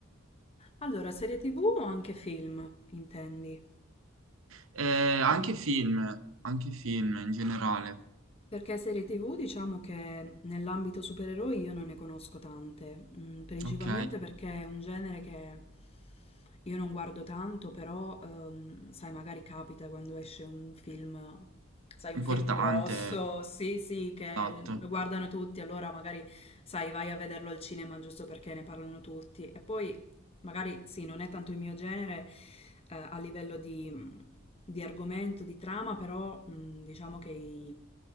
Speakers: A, on the left (about 30°); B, on the right (about 70°).
A: Allora, serie TV o anche film, intendi?
B: Eh, anche film, anche film in generale,
A: Perché serie TV diciamo che nell'ambito supereroi io non ne conosco tante, mm, principalmente
B: ok?
A: perché è un genere che io non guardo tanto, però ehm, sai, magari capita quando esce un film, sai, un
B: Importante,
A: film grosso, sì, sì, che
B: esatto.
A: lo guardano tutti, allora magari sai, vai a vederlo al cinema giusto perché ne parlano tutti. E poi magari sì, non è tanto il mio genere eh, a livello di, di argomento, di trama, però mh, diciamo che i-